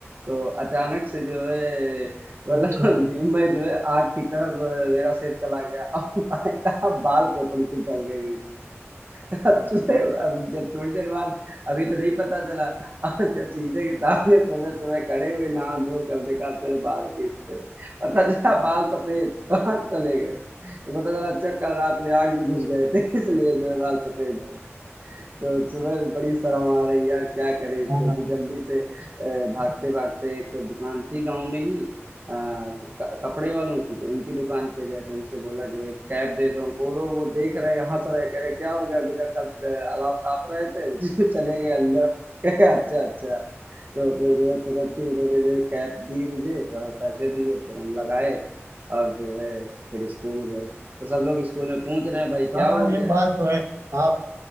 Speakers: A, on the right; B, on the right.
A: तो अचानक से जो है मतलब
B: अच्छा
A: <laughs> मैं मैं जो है आग की तरफ अ, मेरा सिर चला गया <laughs> और भाई साहब बाल खोपड़ी पे जल गए सुबह अब जब थोड़ी देर बाद अभी तो नहीं पता चला और जब सीधे के सामने सुबह सुबह खड़े हुए नहा धो कर देखा चलो बाल खींचते पता चला बाल सफेद कहाँ चले गए तो पता चला अच्छा कल रात में आग में घुस गए थे इसलिए जो है बाल सफेद हो गए तो सुबह से बड़ी शर्म आ रही है यार क्या करें इसको
B: हाँ
A: तो जल्दी से अ, भागते भागते एक दुकान थी गांव में ही अ, तो क- कपड़े वालों की तो उनकी दुकान पे गए तो उनसे बोला कि भाई कैप दे दो हमको और वो देख रहे हंस रहे कह रहे क्या हो गया बेटा कल अ, अलाव ताप रहे थे उसी में चले गए अंदर <laughs> कहे अच्छा अच्छा तो फिर जो है तुरंत ही उन्होंने जो है कैप दी मुझे और पैसे दिए फिर हम लगाए और जो है फिर स्कूल गए तो सब लोग स्कूल में पूछ रहे हैं भाई क्या
B: हाँ
A: हो गया
B: ये बात तो है आप